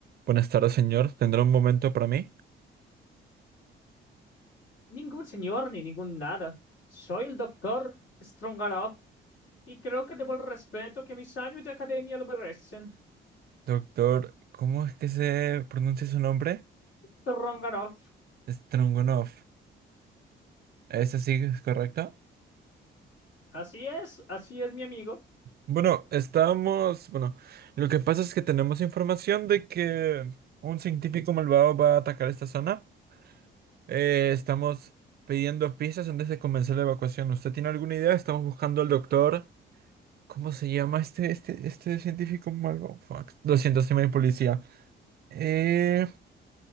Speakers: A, on the right; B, on the left.
A: Buenas tardes, señor. ¿Tendrá un momento para mí?
B: Ningún señor ni ningún nada. Soy el doctor Stronganoff y creo que debo el respeto que mis años de academia lo merecen.
A: Doctor, ¿cómo es que se pronuncia su nombre?
B: Stronganoff.
A: Strungunov. ¿Es así, es correcto?
B: Así es, así es mi amigo.
A: Bueno, estamos... Bueno, lo que pasa es que tenemos información de que un científico malvado va a atacar esta zona. Eh, estamos pidiendo piezas antes de comenzar la evacuación. ¿Usted tiene alguna idea? Estamos buscando al doctor... ¿Cómo se llama este, este, este científico malvado? Fuck. Lo siento, soy muy policía. Eh...